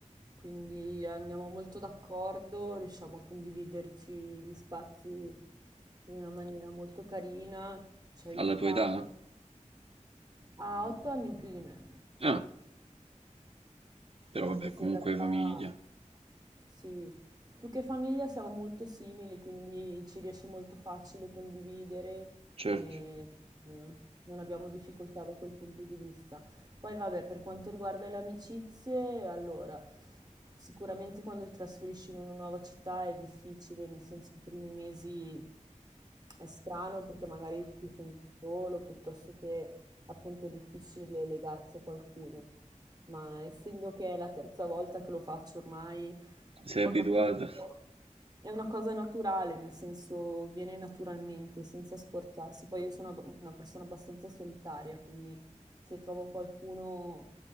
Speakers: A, on the right; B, on the right.
A: quindi andiamo molto d'accordo, riusciamo a condividerci gli spazi in una maniera molto carina, ci aiutiamo.
B: Alla tua età?
A: Ha otto anni in più di me.
B: Ah, però
A: anche
B: vabbè,
A: se
B: comunque
A: in realtà
B: famiglia.
A: sì, più che famiglia siamo molto simili, quindi ci riesce molto facile condividere
B: Certo,
A: e mm, non abbiamo difficoltà da quel punto di vista. Poi vabbè, per quanto riguarda le amicizie, allora, sicuramente quando ti trasferisci in una nuova città è difficile, nel senso i primi mesi è strano perché magari ti senti solo, piuttosto che appunto è difficile legarsi a qualcuno ma essendo che è la terza volta che lo faccio ormai,
B: sei
A: ho
B: abituata,
A: capito che è una cosa naturale, nel senso viene naturalmente, senza sforzarsi. Poi io sono ab- una persona abbastanza solitaria, quindi se trovo qualcuno